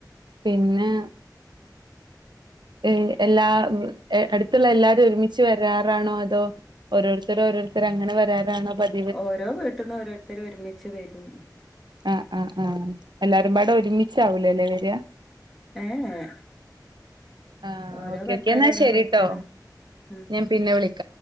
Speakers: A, on the right (about 80°); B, in the centre.
A: പിന്നെ ഏ എല്ലാ അട്ത്ത്ള്ള എല്ലാരും ഒരുമിച്ച് വരാറാണോ അതോ ഓരോരുത്തര് ഓരോരുത്തര് അങ്ങനെ വരാറാണോ പതി
B: ഓരോ വീട്ട്ന്നും ഓരോരുത്തരും ഒരുമിച്ച് വരും
A: ആഹ് ആ ആഹ് എല്ലാരും പാടെ ഒരുമിച്ചാവൂലല്ലേ വരാ
B: ഏ ഏഹ്
A: ആ
B: ഓരോ
A: ഓക്കെ
B: പെര്ക്കാര്
A: ഓക്കെ എന്നാ
B: ഓരോ
A: ശരിട്ടോ
B: പെര്ക്കാരാ ഉം
A: ഞാൻ പിന്നെ വിളിക്കാം